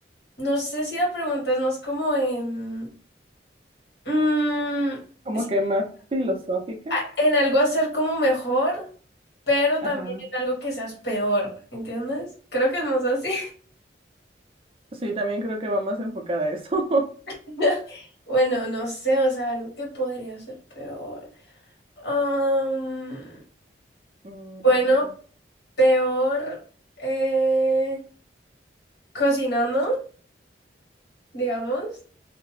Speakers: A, on the left; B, on the right.
A: No sé si la pregunta es más como en. mm,
B: como
A: si-
B: que más filosófica.
A: a- en algo hacer como mejor, pero también
B: Ajá,
A: en algo que seas peor. ¿Entiendes? Creo que es más así.
B: sí, también creo que va más enfocada a eso. <laughs>
A: <laughs> Bueno, no sé, o sea, algo que podría ser peor. Am,
B: Mm,
A: bueno,
B: mm, mm, mm.
A: peor eh, cocinando, digamos.